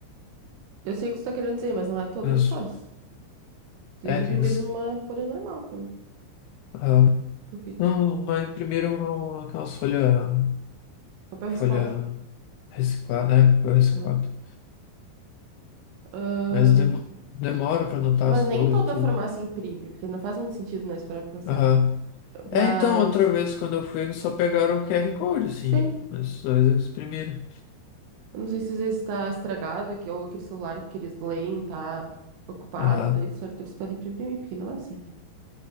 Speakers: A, on the right; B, on the left.
A: Eu sei o que você tá querendo dizer, mas não é toda
B: Mas,
A: que faz. Vocês
B: É,
A: imprimiram
B: que eles.
A: numa folha normal pra mim.
B: ah,
A: Sulfite.
B: não, mas imprimiram no- aquelas folhas.
A: Papel
B: Folha
A: reciclado.
B: folha reciclada, é, papel reciclado.
A: Uhum. Ah,
B: Mas demo- demora pra anotar
A: mas
B: as coisas
A: nem toda
B: e tudo.
A: farmácia imprime, porque não faz muito sentido, né? Esperar pra pensar.
B: Aham.
A: Mas.
B: É, então, outra vez quando eu fui, eles só pegaram o QR Code, assim.
A: Sim.
B: Mas só eles exprimiram.
A: Eu não sei se às vezes está estragado aqui, ou aquele celular que eles leem tá ocupado,
B: Aham,
A: daí de certo eles podem imprimir, porque não é sempre.